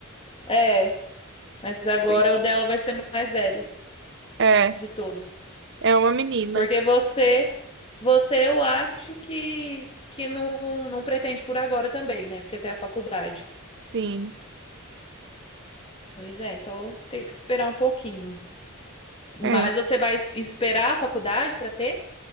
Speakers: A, on the left; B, on the right.
A: É, mas agora
B: Bem,
A: o dela vai ser mais velho
B: É,
A: de todos.
B: é uma menina.
A: Porque você, você eu acho que que não, não pretende por agora também, né? Porque tem a faculdade.
B: Sim.
A: Pois é, então tem que esperar um pouquinho.
B: É.
A: Mas você vai esperar a faculdade para ter?